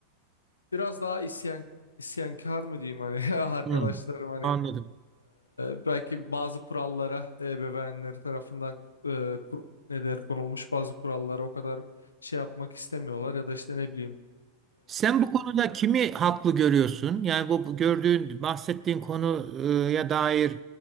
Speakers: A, on the left; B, on the right.
A: biraz daha isyan isyankar mı diyeyim hani <laughs> arkadaşlarım
B: Hmm.
A: hani
B: Anladım.
A: e, belki bazı kurallara e, ebeveynleri tarafından e, kur, ne denir, konulmuş bazı kurallara o kadar şey yapmak istemiyorlar ya da işte ne bileyim
B: Sen bu konuda kimi haklı görüyorsun? Yani bu bu gördüğün, bahsettiğin konuya dair